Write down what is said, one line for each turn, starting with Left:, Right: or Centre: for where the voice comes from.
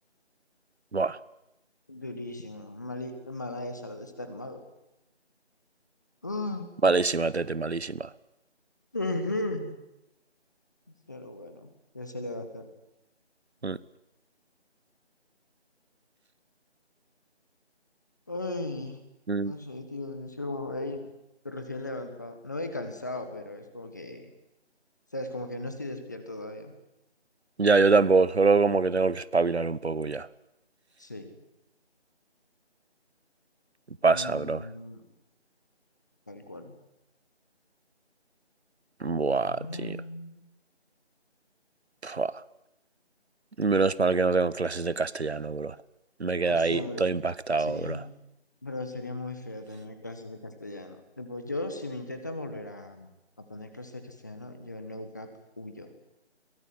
Right: Buah,
Left: Durísimo. Mali- mala esa la de estar mago. Ah,
Right: malísima, tete, malísima.
Left: Ujú. pero bueno, ya se le va a hacer.
Right: Mm,
Left: Ay,
Right: mm.
Left: no sé, tío. Es que como ahí recién levantado. No he cansado, pero es como que, ¿sabes? Como que no estoy despierto todavía.
Right: Ya, yo tampoco, solo como que tengo que espabilar un poco ya.
Left: Sí.
Right: Pasa,
Left: Mm,
Right: bro.
Left: tal cual.
Right: Buah,
Left: Mm,
Right: tío. Buah. Menos mal que no tengo clases de castellano, bro. Me queda
Left: hostia,
Right: ahí
Left: bro.
Right: todo impactado,
Left: Sería,
Right: bro.
Left: pero sería muy feo tener clases de castellano. Tipo, yo, si me intentan volver a, a poner clases de castellano, yo no cap huyo.